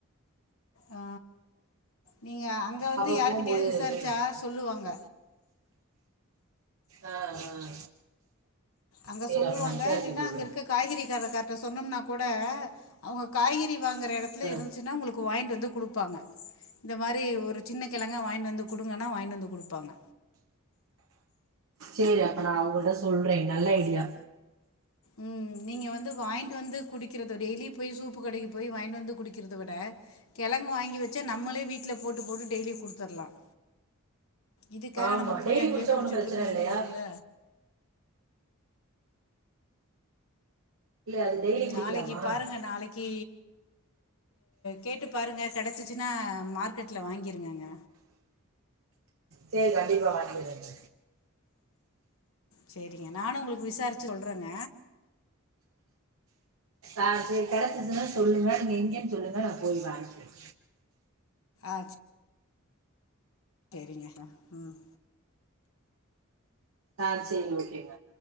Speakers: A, on the left; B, on the right.
A: ஆ நீங்க அங்கே வந்து
B: அப்ப
A: யார்கிட்டயாவது
B: போகும்போது
A: விசாரிச்சா
B: போயிடும்
A: சொல்லுவாங்க
B: ஆஹ் ஆஹ்
A: அங்க
B: சரி
A: சொல்லுவாங்க
B: அப்ப நான் விசாரிக்க
A: இல்னா
B: சொல்றேன்
A: அங்க இருக்க காய்கறி அத கர்ட சொன்னோம்னா கூட அவங்க காய்கறி வாங்குற இடத்துல
B: ஆஹ்.
A: இருந்துச்சுன்னா உங்களுக்கு வாங்கிண்டுட்டு வந்து கொடுப்பாங்க இந்த மாதிரி ஒரு சின்ன கிழங்க வாங்கிட்டு வந்து கொடுங்கன்னா வாங்கிட்டு வந்து கொடுப்பாங்க
B: சரி அப்ப நான் அவங்கள்ட்ட சொல்றேன் நல்ல ஐடியா
A: உம் நீங்க வந்து வாங்கிட்டு வந்து குடிக்கறத டெய்லி போய் சூப்பு கடைக்கு போய் வாங்கிட்டு வந்து குடிக்கறதை விட கிழங்கு வாங்கி வச்ச நம்மளே வீட்டுல போட்டு போட்டு டெய்லி கொடுத்துடலாம் இதுக்காக
B: ஆமா
A: நம்ம போய்
B: டெய்லி
A: அங்கயே
B: குடிச்சா
A: குடிச்சுட்டு
B: ஒன்றும் பிரச்சனை
A: இருக்க முடியாதுல
B: இல்லையா இல்ல அது டெய்லி
A: உம்
B: குடிக்கலாமா
A: நாளைக்கு பாருங்க நாளைக்கு கேட்டு பாருங்க கிடச்சிச்சுனா மார்க்கெட்டில் வாங்கிருங்கங்க
B: சரி கண்டிப்பா வாங்கறங்க
A: சரிங்க நானும் உங்களுக்கு விசாரிச்சு சொல்றேங்க
B: ஆஹ் சரி கிடைச்சச்சன்னு சொல்லுங்க நீங்க எங்கன்னு சொல்லுங்க நான் போய் வாங்கிக்கேன்
A: ஆஜ சரிங்க உம்
B: ஆஹ் சரி ஓகேங்க